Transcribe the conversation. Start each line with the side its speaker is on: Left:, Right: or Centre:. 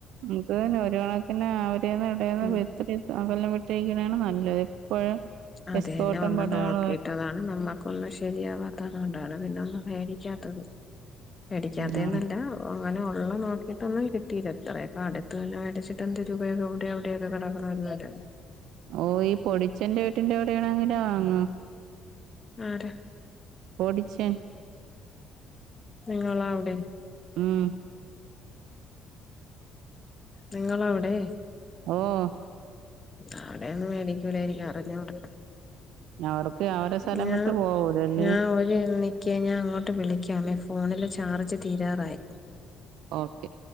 Right: ഇത് തന്നെ ഒരു കണക്കിന് അവരിന്ന് ഇവിടെന്ന്
Left: ഉം
Right: <unintelligible> അകലം വിട്ടുനിക്കണയാണ് നല്ലത്- എപ്പോഴും
Left: അതെ
Right: എസ്കോട്ടും
Left: തന്നെ ഒന്ന്
Right: പടയാളുമായിട്ട്
Left: നോക്കിട്ടതാണ് നമ്മൾ- ഒന്നും ശരിയാവാത്തത് അതുകൊണ്ടാണ് പിന്നെ ഒന്നും മേടിക്കാത്തത് മേടിക്കാത്തെന്ന്
Right: ഉം
Left: അല്ല അ അങ്ങനെ ഉള്ളെ നോക്കിട്ട് ഒന്നും കിട്ടിയില്ല ഇത്രയും അങ്ങ് അടുത്ത് തന്നെ മേടിച്ചിട്ട് എന്തര് ഉപയോഗം എവിടെ ആ - കിടക്കണ <unintelligible> അല്ല
Right: ഓ ഈ പൊടിച്ചന്റെ വീട്ടിന്റെ അ വിടെയാണെങ്കിലോ വാങ്ങുവോ
Left: ആര?
Right: പൊടിച്ചൻ
Left: നിങ്ങളാ അവിടെ
Right: ഉം
Left: നിങ്ങളവിടെ
Right: ഓഹ്
Left: അവിടെയൊന്നും മേടിക്കലായിരിക്കും അറിഞ്ഞു കൂടാ
Right: അവർക്ക് <unintelligible>
Left: ഞാ
Right: വിട്ട് പോവൂലല്ലേ
Left: ഞാൻ ഒരു എണ- നിക്കേ ഞാൻ അങ്ങോട്ട് വിളിക്കാമേ ഫോണില് ചാർജ് തീരാറായി
Right: ഓക്കെ